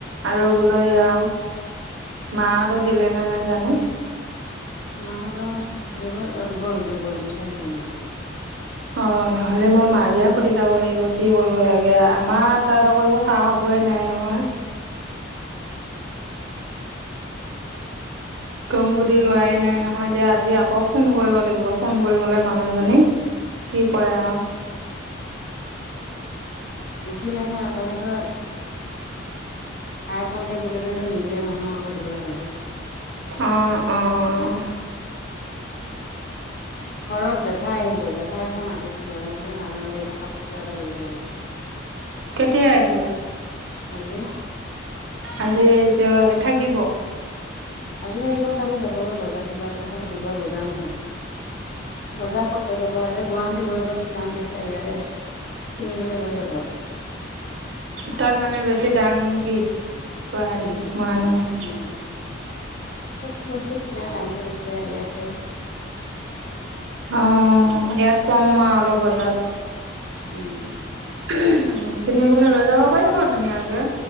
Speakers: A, on the right; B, on the left.
A: আৰু বোলো এয়া মাহঁতৰ দিলে নে নাই জানো।
B: মাহঁতৰ দি গ'ল, দি গ'ল, দি থৈ আহিলে মায়ে।
A: অ', নহ'লে মই মাকে সুধি চাব লাগিব। কি কৰিব লাগে, আমাৰ তাত আকৌ খা-খবৰে নাই নহয়। <inaudible> গম গতি লোৱাই নাই নহয়। এতিয়া আজি আকৌ ফোন কৰিব লাগিব। ফোন কৰিবলৈ মানুহজনীক কি কয় আৰু
B: উঠিলেহে আকৌ সেইটো আই কণ্টেক্ট বুলি কয় সেইটো নিদিলে নহয় আকৌ দিবই লাগে।
A: অ', অ'।
B: ঘৰত জেঠাই আহিছে, জেঠাই আহি মাতিছিলে, মই বোলো নাযাও দে এতিয়া কাপোৰ চিলাব লাগিব বোলো।
A: কেতিয়া আহিলে?
B: আজি।
A: আজি আহিছে। <unintelligible> থাকিব?
B: আজি থাকিব, কালি যাবগৈ বজাৰ চজাৰ কৰি, কালি বুধবাৰ বজাৰ নহয়। বজাৰ লৈ যাব আগে, গুৱাহাটীৰ বয় বস্তুৰ দাম বেছি, ইয়াৰে কিনি পেলাই লৈ যাব।
A: তাত মানে বেছি দাম নেকি, গুৱাহাটী
B: উম
A: মহানগৰী
B: উম চব বস্তু কিনা দামটো বেছি ইয়াতেও
A: অ', ইয়াত কওঁ মই অলপ বজাত
B: উম।
A: <unintelligible> বলে লৈ যাব পাৰিব ধুনীয়াকে।